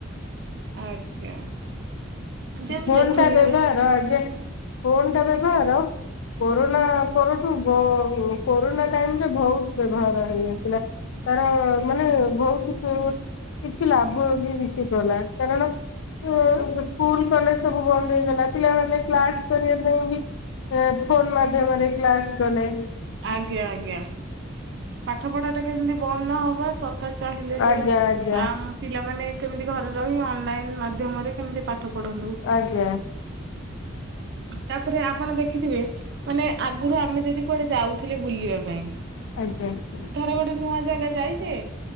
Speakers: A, on the right; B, on the left.
A: ଆଜ୍ଞା। ଯେମିତି
B: ଫୋନଟା
A: ଦେଖୁଥିବେ
B: ବ୍ୟବହାର ଆଜ୍ଞା ଫୋନଟା ବ୍ୟବହାର କୋରୋନା ପରଠୁ ବ କୋରୋନା ଟାଇମରେ ଭୋଉତ ବ୍ୟବହାର ହେଇ ଆସିଲା। ତାର ମାନେ ବୋହୁତ କୁ କିଛି ଲାଭ ବି ମିଶିଗଲା। କାରଣ ମୁଁ ମୁଁସ୍ ସ୍କୁଲ କଲେଜ ସବୁ ବନ୍ଦ ହେଇଗଲା ପିଲାମାନେ କ୍ଲାସ କରିବା ପାଇଁ ବି ଏ ଫୋନ ମା ଧ୍ୟମରେ କ୍ଲାସ କଲେ।
A: ଆଜ୍ଞା ଆଜ୍ଞା ପାଠ ପଢାଟା କେମତି ବନ୍ଦ ନହବା ସରକା କାର ଚାହିଁଲେ ଯେ
B: ଆଜ୍ଞା ଆଜ୍ଞା
A: ଆମ୍ ପିଲାମାନେ କେମିତି ଘରେ ରହି ଅନଲାଇନ ମାଧ୍ୟମରେ କେମତି ପାଠ ପଢନ୍ତୁ।
B: ଆଜ୍ଞା।
A: ତାପରେ ଆପଣ ଦେଖିଥିବେ ମାନେ ଆଗୁରୁ ଆମେ ଯଦି କୁଆଡେ ଯାଉଥୁଲେ ବୁଲିବା ପାଇଁ
B: ଆଜ୍ଞା।
A: ଧର ଗୋଟେ ନୂଆ ଜାଗା ଯାଇଚି